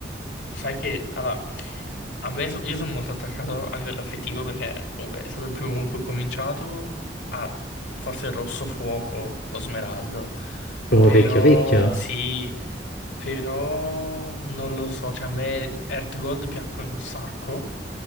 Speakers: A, on the left (about 85°); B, on the left (about 70°).
A: Sai che allora, a me so- io sono molto attaccato a livello affettivo perché comunque è stato il primo con cui ho cominciato a forse il rosso fuoco, lo smeraldo.
B: Oh,
A: Però
B: vecchio vecchio?
A: sì, però non lo so, cioè a me Earthgold piacque un sacco.